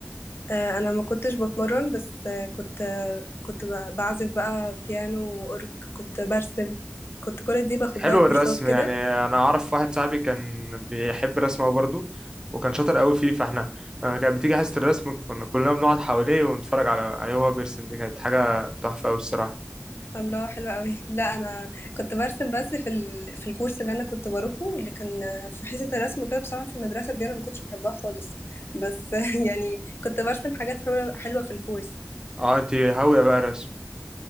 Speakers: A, on the left; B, on the right.
A: آه، انا ما كنتش بتمرن بس آه، كنت آه، كنت ب- بعزف بقى بيانو واورج كنت برسم كنت كل دي باخد
B: حلو
A: لها كورسات
B: الرسم
A: كده
B: يعني انا اعرف واحد صاحبي كان بيحب الرسم أوي برضه وكان شاطر قوي فيه فاحنا آه، كانت بتيجي حصة الرسم كنا كلنا بنقعد حواليه ونتفرج على عليه وهو بيرسم دي كانت حاجة تحفة قوي الصراحة
A: الله حلوة قوي <laughs> لا انا كنت برسم بس في ال... في الكورس اللي انا كنت بروحه اللي كان آه، في حصة الرسم وكده بصراحة في المدرسة دي انا ما كنتش بحبها خالص بس <laughs> يعني كنت برسم حاجات حلوة حلوة في الكورس
B: اه انت هاوية بقى الرسم